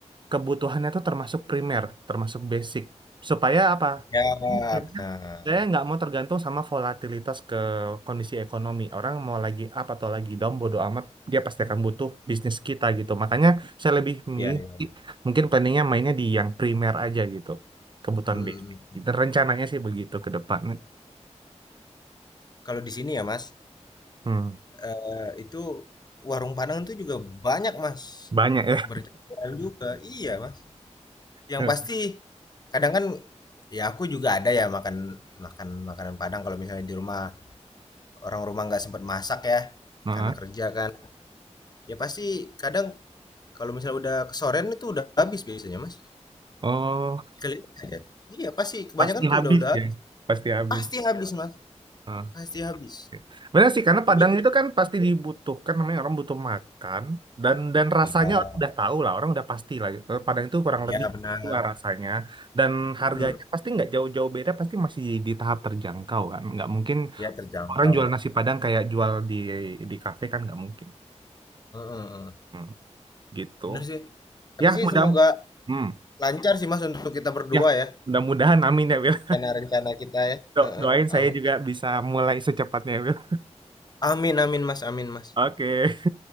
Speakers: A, on the right; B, on the left.
A: kebutuhannya itu termasuk primer, termasuk basic. Supaya apa?
B: Ya,
A: Karena
B: benar.
A: saya nggak mau tergantung sama volatilitas ke kondisi ekonomi. Orang mau lagi up atau lagi down, bodo amat, dia pasti akan butuh bisnis kita gitu. Makanya saya lebih milih
B: Iya, iya.
A: mungkin planningnya mainnya di yang primer aja gitu, kebutuhan
B: Hmm.
A: basic. Itu rencananya sih begitu ke depan.
B: Kalau di sini ya, Mas,
A: Hmm,
B: eh, itu warung Padang itu juga banyak, Mas.
A: banyak ya.
B: Berjualan juga. Iya, Mas. Yang
A: <laughs>
B: pasti kadang kan ya aku juga ada ya makan makan makanan Padang kalau misalnya di rumah orang rumah nggak sempat masak ya
A: Maaf.
B: karena kerja kan. Ya pasti kadang kalau misalnya udah kesorean itu udah habis biasanya Mas.
A: Oh.
B: Keliling aja. Iya pasti kebanyakan
A: pasti
B: tuh
A: habis
B: udah udah
A: ya
B: habis.
A: pasti habis
B: pasti habis Mas,
A: Ah,
B: pasti habis.
A: oke. benar sih karena
B: Jadi
A: Padang itu kan pasti dibutuhkan namanya orang butuh makan dan dan rasanya
B: iya
A: orang udah tahu lah orang udah pasti lah Eh, Padang itu kurang
B: iya
A: lebih
B: benar.
A: lah rasanya dan harganya
B: Mm,
A: pasti nggak jauh-jauh beda pasti masih di tahap terjangkau kan nggak mungkin
B: Iya terjangkau
A: orang jual
B: loh.
A: nasi Padang kayak jual di di kafe kan nggak mungkin
B: Mm, mm, mm.
A: Hmm, gitu
B: Bener sih. Tapi
A: ya
B: sih
A: mudah
B: semoga
A: hmm,
B: lancar sih Mas untuk kita berdua
A: ya
B: ya.
A: mudah-mudahan amin ya Wil
B: Rencana-rencana kita ya.
A: <laughs> Do-
B: Heeh,
A: doain saya
B: Amin.
A: juga bisa mulai secepatnya Wil.
B: Amin amin Mas amin Mas.
A: Oke, <laughs>